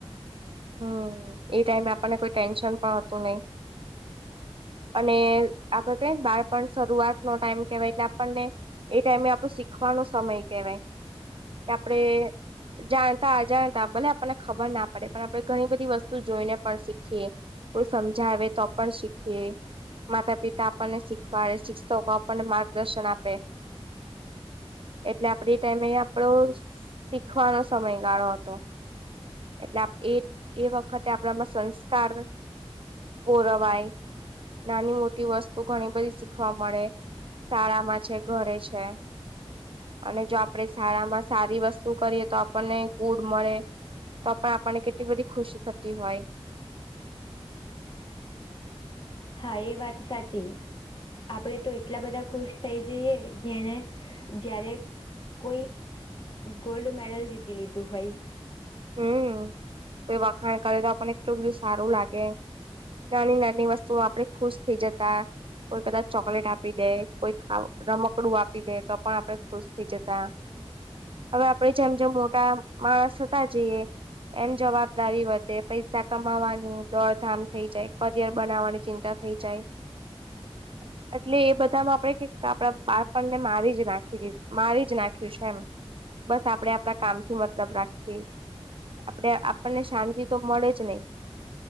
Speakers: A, on the right; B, on the left.
A: હમ્મ એ ટાઈમે આપણને કોઈ ટેન્શન પણ હતું નઈ. અને આપડ કે બાળપણ શરૂઆત નો ટાઈમ કેવાય એટલે આપણને એ ટાઈમે આપડો શીખવાનો સમય કહેવાય. આપડે જાણતા અજાણતા ભલે આપણને ખબર ના પડે પણ આપણે ઘણી બધી વસ્તુ જોઈને પણ શીખીએ કોઈ સમજાવે તો પણ શીખીએ માતા પિતા આપણને શીખવાડે શિક્ષકો આપણને માર્ગદર્શન આપે એટલે આપડી ટાઈમે આપડો શીખવાનો સમય ગાળો હતો એટલે એ એ વખતે આપણામાં સંસ્કાર ઓરવાય નાની મોટી વસ્તુ ઘણી બધી શીખવા મળે શાળામાં છે ઘરે છે. અને જો આપણેે શાળામાં સારી વસ્તુ કરીએ તો આપણને ગુડ મળે. તો આપપણાને કેટ બધ ખુશી થતી હોય.
B: હા એ વાત સાચી આપડે તો એટલા બધા ખુશ થઈ જઈએ જેને જ્યારે કોઈ ગોલ્ડ મેડલ જીતી લીધું હોય
A: હ કોઈ વખાણ કરે તો આપણને કેટલું બધું સારું લાગે નાની નાની વસ્તુઓ આપણે ખુશ થઈ જતા કોઈ કદાચ ચોકલેટ આપી દે કોઈ ખ રમકડું આપી દે તો પણ આપડે ખુશ થઈ જતા હવે આપડે જેમ જેમ મોટા માણસ હતા જઈએ એમ જવાબદારી વધે પૈસા કમાવાની દોડધામ થઈ જાય કરિયર બનાવવાની ચિંતા થઈ જાય એટલે એ બધામાં આપણેે આપડા બાળપણને મારી જ નાખી મારી જ નાખ્યું છે એમ બસ આપડે આપણા કામ થી મતલબ આપડે આપણને શાંતિ તો મળે જ નઈ